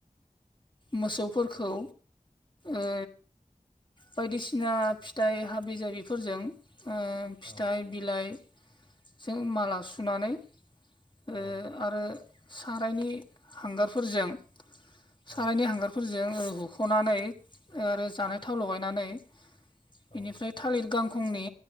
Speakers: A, on the left; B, on the left.
A: मोसौफोरखौ ओ बायदिसिना फिथाइ हाबि जाबिफोरजों ओ फिथाइ
B: औ
A: बिलाइजों माला सुनानै ओ
B: औ
A: आरो सारायनि हांगारफोरजों
B: औ
A: सारायनि हांगार फोरजों हुख'नानै आरो जानाय थाव लगायनानै
B: औ
A: बेनिफ्राय थालिर गांखंनि